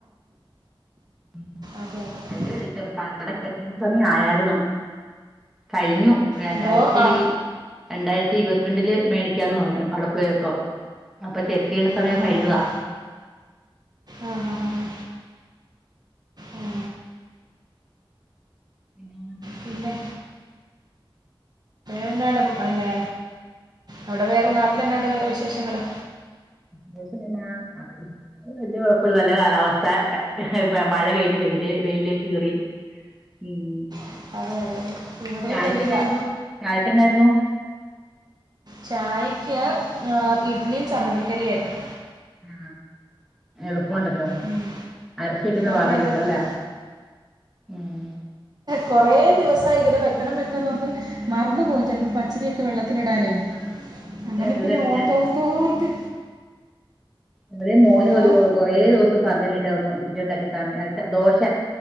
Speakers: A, in the centre; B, on the right.
A: മ്മ്
B: അതെ അതെ
A: അതിനിടക്ക് കണ്ണട സെറ്റ് ന്ന് പറഞ്ഞു ആയായിരുന്നു കഴിഞ്ഞു രണ്ടായിരത്തീ
B: എന്തോ ആ
A: രണ്ടായിരത്തി ഇരുപത്തി രണ്ടിൽ മേടിക്കാന്ന് പറഞ്ഞു അവിടെ പോയപ്പോ അപ്പോ ചെക്കയേണ്ട സമയം
B: ആ ഹാ
A: കഴിഞ്ഞതാ
B: ഹാ ഹാ ആ ഹാ ഹാ ഹാ ആ
A: പിന്നാം
B: പിന്നെ എന്നാടാ മോനെ അവിടെ വേറെ നാട്ടിൽ എന്നണ്ട് വേറെ വിശേ വിശേഷങ്ങള്
A: ദിവസം പെന്നെ ആ ഇന്ന് വല്ല്യ കുഴപ്പമില്ല നല്ല കാലാവസ്ഥ ആ എ ഹെ മഴ വെയില് വെയില് വെയിലേക്ക് കയറി മ്മ്
B: അതെ അതെ അതെ ഇവിടെയും
A: ചായക്കാന്നായിരുന്നു
B: വെയിലാ
A: ചായ എന്നായിരുന്നു എ
B: ചായക്ക് ഏ ഇഡ്ലിയും ചമ്മന്തി കറിയും ആയിരുന്നു
A: ആ എളു പ്പോണ്ടല്ലോ
B: ഉം.
A: അരച്ച് വെക്ക്ക്കുന്ന
B: അതെ
A: പാടെല്ലെ
B: അതെ
A: ള്ളു
B: അതെ
A: അല്ലെ മ്മ്
B: കൊറേ ദിവസായി ഇങ്ങനെ വെക്കണം വെക്കണം ന്ന് ഓർത്ത് മറന്ന്പ്പോവും ചെലപ്പോ പച്ചരി ഒക്കെ വെള്ള ത്ത്ലിടാനെ
A: ആഹ് ഇവിടെ
B: അങ്ങനെ
A: അതുപോലെന്നെ
B: പിന്നെ ഓർത്തോ ർത്തോർത്ത്
A: മ്മളെ മോനെരു
B: എന്തോ
A: കൊറേ ദിവസ്‌ ഇപ്പ പറഞ്ഞിന്ന്ട്ടെ ഒള്ളൂ ഇൻക് ഉണ്ടാക്കി ത്താ ദോശ